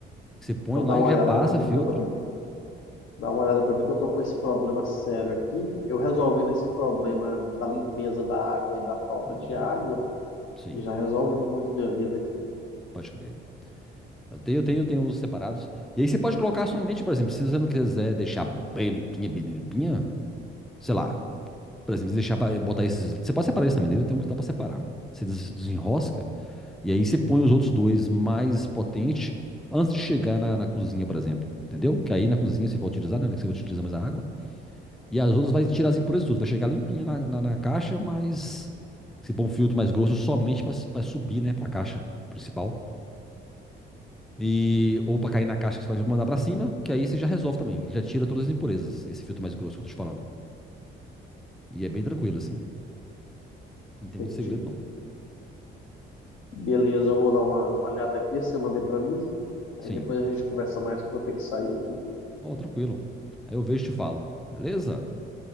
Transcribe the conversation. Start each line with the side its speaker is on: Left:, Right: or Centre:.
Centre: Você põe
Left: Então
Centre: lá,
Left: dá uma
Centre: ele
Left: olhada
Centre: já passa,
Left: para mim
Centre: filtro.
Left: que eu tô, dá uma olhada para mim que eu tô com esse problema sério aqui. Eu resolvendo esse problema da limpeza da água e da falta
Centre: Hum,
Left: de água,
Centre: Sim,
Left: já resolve muito minha vida aqui.
Centre: pode crer. Eu tenho, eu tenho, eu tenho os separados. E aí você pode colocar somente, por exemplo, se você não quiser deixar bem limpinha, bem limpinha, sei lá, por exemplo, deixar para botar esses. Você pode separar isso também, né? eu tenho um que dá para separar. Você des- desenrosca e aí você põe os outros dois mais potentes antes de chegar na, na cozinha, por exemplo. Entendeu? Que aí na cozinha você vai utilizar, né? Que você utiliza mais a água. E as outras vai tirar as impurezas tudo. Vai chegar limpinha na, na, na caixa, mas você põe um filtro mais grosso somente para subir, né, para a caixa principal. E, ou para cair na caixa que você vai mandar para cima, que aí você já resolve também. Ele já tira todas as impurezas, esse filtro mais grosso que eu tô te falando. E é bem tranquilo, assim. Não tem
Left: Entendi.
Centre: muito segredo, não.
Left: Beleza, eu vou dar uma olhada aqui, você mandei para mim. Aí
Centre: Sim.
Left: depois a gente conversa mais que eu vou ter que sair aqui.
Centre: Ó, tranquilo. Aí eu vejo e te falo. Beleza?